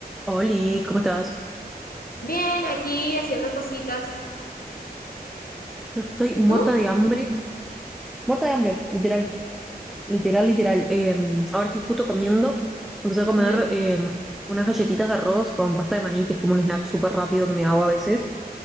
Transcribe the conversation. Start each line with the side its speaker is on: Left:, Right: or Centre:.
Centre: Oli, ¿cómo estás?
Left: Bien, aquí haciendo cositas.
Centre: Yo estoy
Left: ¿Y
Centre: muerta
Left: tú?
Centre: de hambre. Muerta de hambre, literal. Literal, literal. Eh, ahora estoy justo comiendo. Empecé a comer
Left: Ujú.
Centre: eh, unas galletitas de arroz con pasta de maní, que es como un snack súper rápido que me hago a veces.